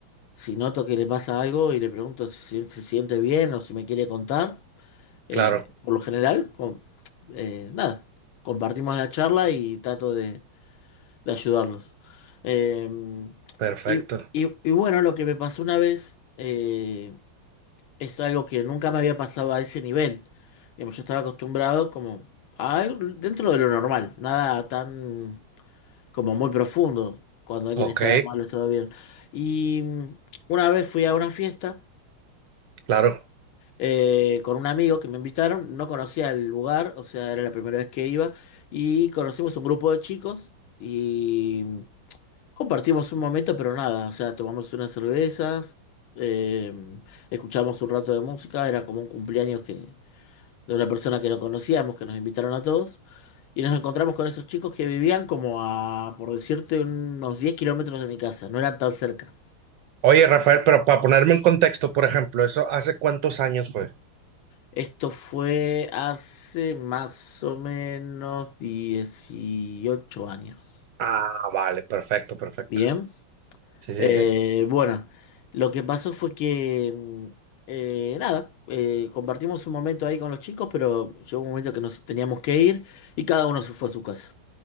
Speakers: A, on the left; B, on the right.
A: si noto que le pasa algo y le pregunto si se siente bien o si me quiere contar, eh,
B: Claro,
A: por lo general, con, eh, nada, compartimos la charla y trato de de ayudarlos. Eh,
B: perfecto,
A: y, y- y bueno, lo que me pasó una vez eh, es algo que nunca me había pasado a ese nivel. Digamos, yo estaba acostumbrado como a algo dentro de lo normal, nada tan como muy profundo, cuando alguien
B: ok,
A: estaba mal o estaba bien. Y mm, una vez fui a una fiesta
B: claro.
A: eh, con un amigo que me invitaron, no conocía el lugar, o sea, era la primera vez que iba, y conocimos un grupo de chicos. Y mm, Compartimos un momento, pero nada, o sea, tomamos unas cervezas, eh, escuchamos un rato de música, era como un cumpleaños que, de una persona que no conocíamos, que nos invitaron a todos, y nos encontramos con esos chicos que vivían como a, por decirte, unos diez kilómetros de mi casa, no eran tan cerca.
B: Oye, Rafael, pero para ponerme en contexto, por ejemplo, ¿eso hace cuántos años fue?
A: Esto fue hace más o menos 18 años.
B: Ah, vale, perfecto, perfecto.
A: Bien.
B: Sí, sí,
A: Eh,
B: sí.
A: bueno, lo que pasó fue que, mm, eh, nada, eh, compartimos un momento ahí con los chicos, pero llegó un momento que nos teníamos que ir y cada uno se fue a su casa.